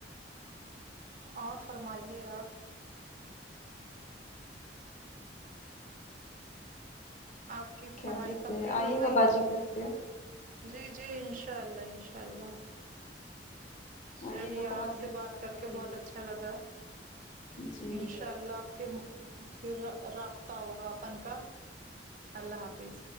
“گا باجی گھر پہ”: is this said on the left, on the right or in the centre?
Left